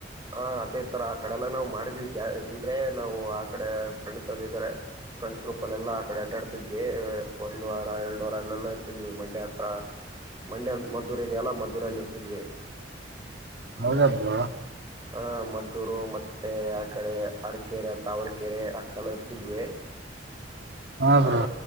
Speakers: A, on the right (about 25°); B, on the right (about 70°).
A: ಹ ಅದೇ ತರ ಆ ಕಡೆಲ್ಲಾ ನಾವ್ ಮಾಡಿದೀವಿ ಅಂದ್ರೆ ನಾವು ಆ ಕಡೆ ಫ್ರೆಂಡ್ಸ್ ಅದ ಇದಾರೆ ಫಂಡ್ಸ್ ಗ್ರೂಪ್ ಅ ಎಲ್ಲಾ ಆ ಕಡೆ ಅಡ್ಡಾಡ್ತಿದ್ವಿ ಒಂದ್ ವಾರ ಎರಡು ವಾರ ಎಲ್ಲಾ ಇರ್ತಿದ್ವಿ ಮಂಡೆ ಹತ್ರ ಮಂಡ್ಯ ಮದ್ದೂರ ಇದೆಯಲ್ಲ ಮದ್ದೂರಲ್ಲಿರ್ತಿದ್ವಿ
B: ಹೌದಬ
A: ಹ ಮದ್ದೂರು ಮತ್ತೆ ಆ ಕಡೆ ಅರಕೆರೆ ತಾವರ್ಕೆರೆ ಅಲ್ಲ ಇರ್ತಿದ್ವಿ
B: ಹಾ ಬ್ರೋ
A: ಆ